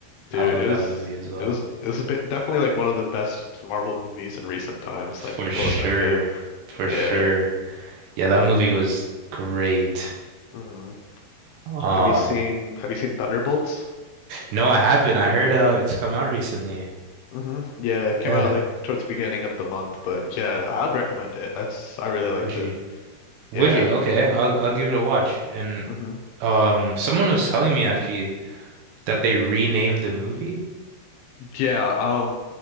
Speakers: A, on the left (about 80°); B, on the right (about 75°).
A: Dude,
B: I love
A: it
B: that
A: was
B: movie as well.
A: it was it was a bit, definitely like one of the best Marvel movies in recent times,
B: For
A: like
B: sure.
A: post Endgame.
B: For
A: Yeah.
B: sure. Yeah, that movie was great.
A: hmm
B: Um,
A: Have you seen have you seen Thunderbolts?
B: no, I haven't. I heard uh it's come out recently.
A: hmm Yeah, it
B: Yeah,
A: came out like towards the beginning of the month, but yeah, I'd recommend it. That's I really liked
B: would you?
A: it.
B: Would
A: Yeah.
B: you? Okay, I'll I'll give it a watch. And
A: hmm
B: um, someone was telling me actually that they renamed the movie.
A: Yeah, um